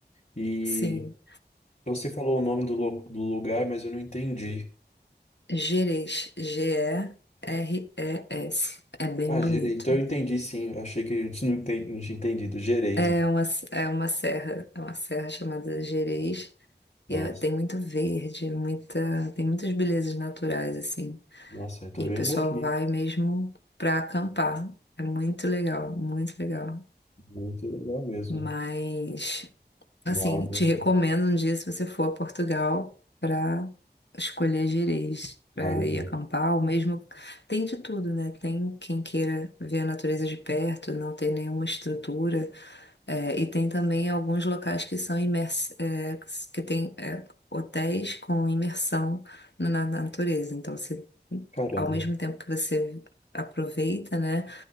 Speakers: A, on the left (about 50°); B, on the left (about 80°).
A: E
B: sim.
A: você falou o nome do, lo- do lugar, mas eu não entendi.
B: Gerês, G-E-R-E-S. É bem
A: Ah,
B: bonito.
A: gerei. Então eu entendi sim. Eu achei que a gente não, enten- não tinha entendido. Gereis.
B: É uma, é uma serra, é uma serra chamada Gerês.
A: Nossa,
B: E é- tem muito verde, muita, tem muitas belezas naturais, assim.
A: nossa, eu tô
B: E
A: vendo
B: o pessoal
A: aqui.
B: vai mesmo para acampar. É muito legal, muito legal.
A: Muito legal mesmo.
B: Mas, assim,
A: Água.
B: te recomendo um dia se você for a Portugal para escolher gerês, para
A: Água.
B: ir acampar, ou mesmo tem de tudo, né? Tem quem queira ver a natureza de perto, não tem nenhuma estrutura, é, e tem também alguns locais que são imers é, que tem é, hotéis com imersão na na natureza. Então, se,
A: Caramba,
B: ao mesmo tempo que você aproveita, né,